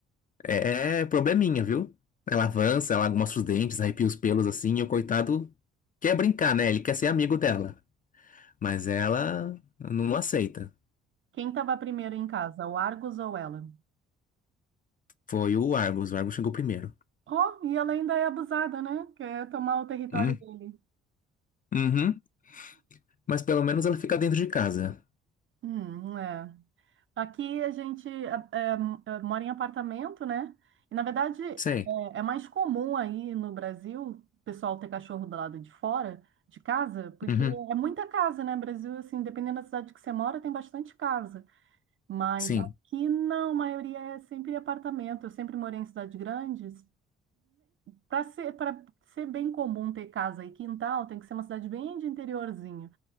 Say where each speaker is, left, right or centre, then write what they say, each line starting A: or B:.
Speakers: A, on the left; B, on the right.
A: é, é probleminha, viu? Ela avança, ela mostra os dentes, arrepia os pelos assim, e o coitado quer brincar, né? Ele quer ser amigo dela. Mas ela não aceita.
B: Quem estava primeiro em casa, o Argos ou ela?
A: Foi o Argus, o Argus chegou primeiro.
B: Ó, e ela ainda é abusada, né? Quer tomar o território
A: Hum,
B: dele.
A: Uhum. Mas pelo menos ela fica dentro de casa.
B: Hum, é. Aqui a gente é, é, é, mora em apartamento, né? E na verdade é,
A: Sei.
B: é mais comum aí no Brasil o pessoal ter cachorro do lado de fora de casa, porque
A: Uhum.
B: é muita casa, né? Brasil, assim, dependendo da cidade que você mora, tem bastante casa. Mas
A: Sim,
B: aqui não, a maioria é sempre apartamento. Eu sempre morei em cidades grandes. Para ser, para ser bem comum ter casa e quintal, tem que ser uma cidade bem de interiorzinho.